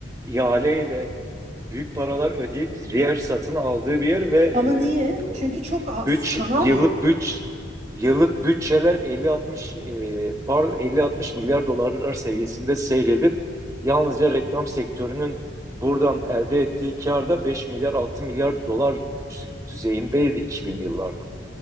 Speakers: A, on the right (about 15°); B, on the right (about 35°).
A: ihaleyle büyük paralar ödeyip yer satın aldığı bir yer ve
B: Ama niye?
A: e, bu-
B: Çünkü çok az
A: bütç
B: kanal
A: yıllık
B: yok.
A: bütç yıllık bütçeler 50-60 e, par 50-60 milyar dolarlar seviyesinde seyredip yalnızca reklam sektörünün buradan elde ettiği kar da 5 milyar 6 milyar dolar düzeyindeydi 2000'li yıllarda.